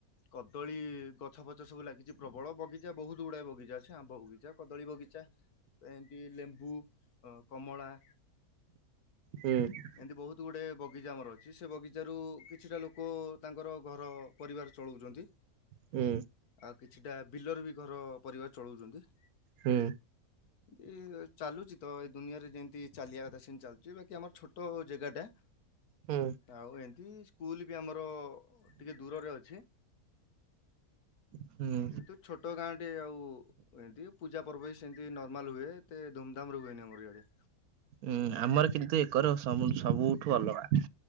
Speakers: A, on the left; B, on the right.
A: କଦଳୀ ଗଛ ଫଛ ସବୁ ଲାଗିଛି ପ୍ରବଳ ବଗି ଜା ବୋହୁତ ଗୁଡ଼ାଏ ବଗିଚା ଅଛି ଆମ୍ବ ବଗିଚା କଦଳୀ ବଗିଚା। ତ ହେନ୍ତି ଲେମ୍ବୁ ଅ କମଳା।
B: ହୁଁ।
A: ଏନ୍ତି ବୋହୁତ। ତୁ ଗୁଡ଼େ ବଗିଚା ଆମର ଅଛି ସେ ବଗିଚାରୁ କିଛିଟା ଲୋକ ତାଙ୍କର ଘର ପରିବାର ଚଳଉଛନ୍ତି।
B: ହୁଁ।
A: ଆଉ କିଛିଟା ବିଲରେ ବି ଘର ପରିବାର ଚଳଉଛନ୍ତି।
B: ହୁଁ।
A: ଏନ୍ତି ଚାଲୁଛି ତ ଏ ଦୁନିଆରେ ଯେନ୍ତି ଚାଲିବା କଥା ସେମିତି ଚାଲ୍ ଚି ବାକିି ଆମର ଛୋଟ ଜାଗାଟା।
B: ହୁଁ।
A: ଆଉ ହେନ୍ତି ସ୍କୁଲ ବି ଆମର ଟିକେ ଦୂରରେ ଅଛି।
B: ହୁଁ।
A: ଯେହେତୁ ଛୋ ଟ ଗାଁ ଟି ଆଉ ଏନ୍ତି ପୂଜା ପର୍ବ ବି ସେମିତି ନର୍ମାଲ ହୁଏ ଏତେ ଧୁମଧାମ ରେ ହୁଏନି ଆମର ଇଆଡ଼େ।
B: ହୁଁ ଆମର କିନ୍ତୁ ଏକର ସବୁ -ସବୁଠୁ ଅଲଗା।